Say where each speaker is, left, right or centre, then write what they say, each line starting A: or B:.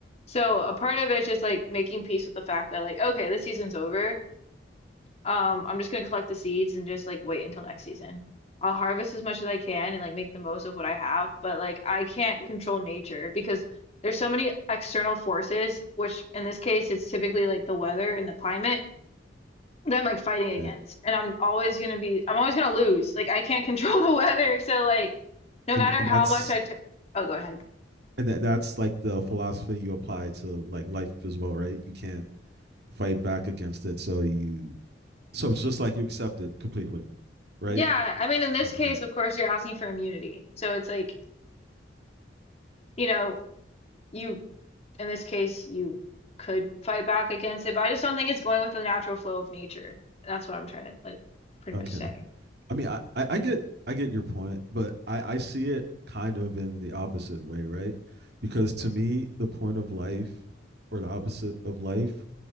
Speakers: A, on the left; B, on the right.
A: So a part of it is just like making peace with the fact that like, okay, this season's over. Um, I'm just gonna collect the seeds and just like wait until next season. I'll harvest as much as I can and like make the most of what I have, but like I can't control nature because there's so many external forces, which in this case it's typically like the weather and the climate that I'm like fighting against.
B: okay.
A: And I'm always gonna be I'm always gonna lose. Like I can't <laughs> control the weather, so like no
B: And
A: matter
B: and
A: how
B: that's
A: much I tr oh, go ahead.
B: and that, that's like the philosophy you apply to like life as well right you can't fight back against it so you so it's just like you accept it completely right
A: Yeah, I mean in this
B: okay
A: case, of course, you're asking for immunity. So it's like, you know, you in this case, you could fight back against it, but I just don't think it's going with the natural flow of nature. That's what I'm trying to like pretty
B: okay
A: much say.
B: I mean, I, I I get I get your point, but I I see it kind of in the opposite way, right? Because to me, the point of life or the opposite of life